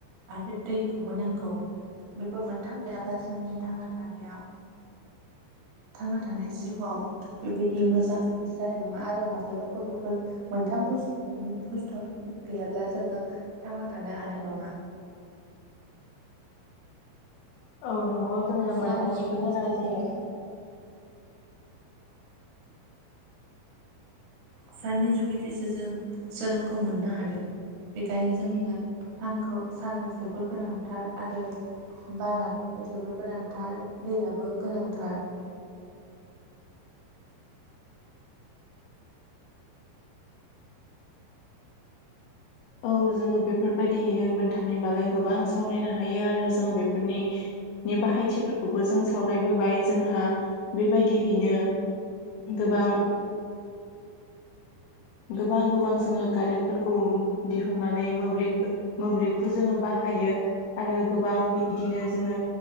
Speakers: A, on the right; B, on the left.
A: आरो दैखौबो नांगौ बेफोर मोनथाम गैयाब्ला जोंनि थांना थानायाव थांना थानाय जिउआव बेबायदि मोजां बेबायदि जानाय नङा आरो माब्लाबाफोर बेफोर मोनथाम बुस बुसथुआ बेबायदि गैयाब्ला जोङो थांना थानो हानाय नङा
B: औ नंगौ जोङो
A: साननि
B: मोनथामनिबो
A: जुगिदिसो
B: गोनां जायो
A: जोङो साननि जुगिदिसो जों सोरांखौ मोननो हादों बेखायनो जोंनो सानखौ साना जोबोर गोनांथार आरो बाराबो जोबोर गोनांथार दैयाबो गोनांथार <inaudible>
B: औ जों बेफोरबायदिनो मोनथामनि बागै गोबां सावरायनो हायो आरो जों बेफोरनि बाहायथिफोरखौबो जों सावरायबोबाय जोंहा बेबायदियैनो गोबां गोबां गोबां जोङो गारेनफोरखौ दिहुननानै मोब्लिब मोब्लिबखौ जोङो बाहायो आरो गोबां बिदिनो जोङो